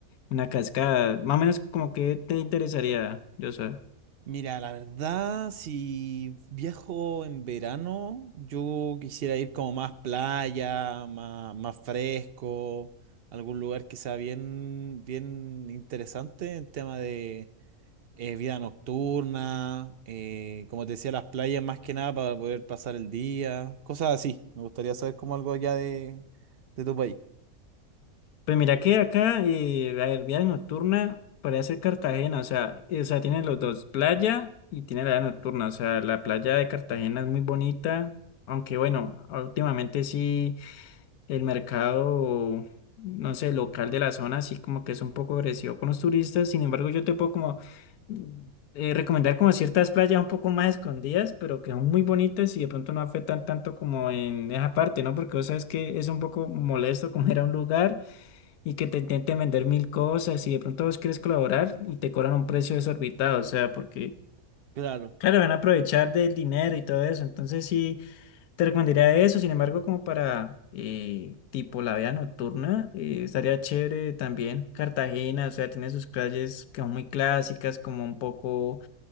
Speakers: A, on the left; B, on the right.
A: una cascada. Más o menos como que te interesaría, yo sé.
B: Mira, la verdad, si viajo en verano, yo quisiera ir como más playa, más, más fresco, algún lugar que sea bien, bien interesante en tema de eh, vida nocturna, eh, como te decía, las playas más que nada para poder pasar el día, cosas así. Me gustaría saber como algo allá de, de tu país.
A: Pues mira que acá, eh, a ver, vida nocturna podría ser Cartagena, o sea, eh, o sea, tiene los dos, playa y tiene la vida nocturna. O sea, la playa de Cartagena es muy bonita, aunque bueno, últimamente sí. el mercado, no sé, local de la zona, así como que es un poco agresivo con los turistas. Sin embargo, yo te puedo como mm, eh, recomendar como ciertas playas un poco más escondidas, pero que son muy bonitas y de pronto no afectan tanto como en esa parte, ¿no? Porque vos sabes que es un poco molesto <laughs> como ir a un lugar y que te intenten vender mil cosas y de pronto vos quieres colaborar y te cobran un precio desorbitado, o sea, porque...
B: Claro,
A: Claro, van a aprovechar del dinero y todo eso. Entonces sí, te recomendaría eso, sin embargo, como para eh, tipo la vida nocturna, eh, estaría chévere también Cartagena, o sea, tiene sus calles que son muy clásicas, como un poco